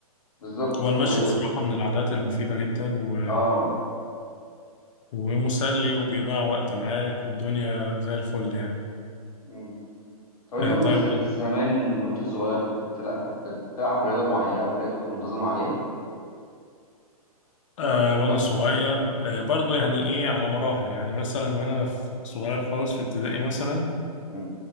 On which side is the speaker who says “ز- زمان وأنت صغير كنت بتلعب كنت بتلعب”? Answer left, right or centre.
Left